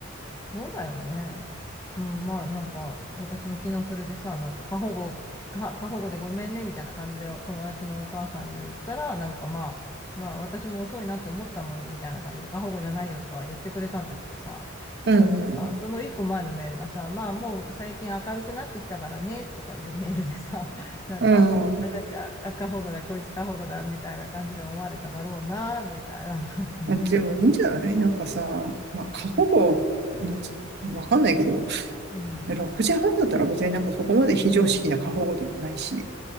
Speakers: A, on the left (about 15°); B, on the right (about 55°).
A: そうだよね。うん、まあなんか、私も昨日それでさ、なんか過保護、か過保護でごめんね、みたいな感じで友達のお母さんに言ったら、なんかまあ、まあ私も遅いなって思ったもん、みたいな感じで、過保護じゃないよとかは言ってくれたんだけどさ。
B: うん、
A: でもなんか、
B: うん。
A: その一個前のメールがさ、まあもう最近明るくなってきたからね、とかいうメールでさ、なんか、
B: うん。
A: あ、なんか、あ過保護だ、こいつ過保護だ、みたいな感じで思われただろうな、みたいな感じだったの。
B: でもいいんじゃないなんかさ、まあ過保護、なんつうの、わかんないけど、
A: うん。
B: 6時半だったら別になんかそこまで非常識な過保護でもないし、